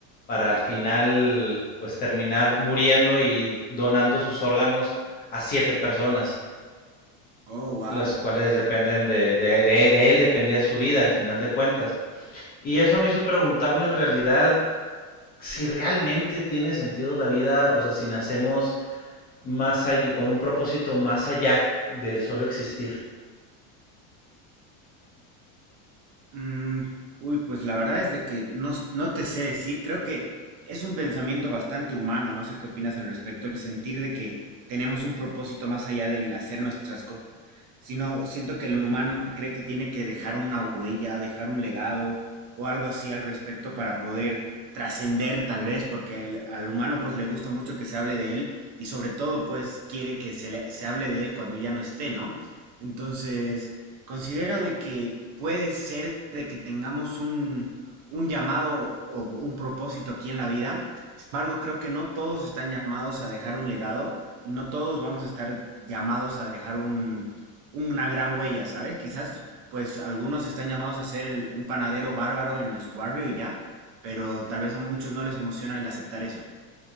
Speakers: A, on the left; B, on the right.
A: para al final, pues terminar muriendo y donando sus órganos a siete personas,
B: Oh, wow.
A: las cuales dependen de, de, de, de él, dependía su vida al final de cuentas. Y eso me hizo preguntarme en realidad si realmente tiene sentido la vida, o sea, si nacemos más allá, con un propósito más allá del solo existir.
B: Mm, uy, pues la verdad es de que no, s- no te sé decir, creo que es un pensamiento bastante humano, no sé qué opinas al respecto, el sentir de que tenemos un propósito más allá del hacer nuestras cosas, sino siento que el humano cree que tiene que dejar una huella, dejar un legado o algo así al respecto para poder trascender tal vez, porque el- al humano pues le gusta mucho que se hable de él y sobre todo pues quiere que se, le- se hable de él cuando ya no esté, ¿no? Entonces... Considero de que puede ser de que tengamos un, un llamado o un propósito aquí en la vida. Sin embargo, creo que no todos están llamados a dejar un legado y no todos vamos a estar llamados a dejar un, una gran huella, ¿sabes? Quizás, pues, algunos están llamados a ser el- un panadero bárbaro en su barrio y ya, pero tal vez a muchos no les emociona el aceptar eso.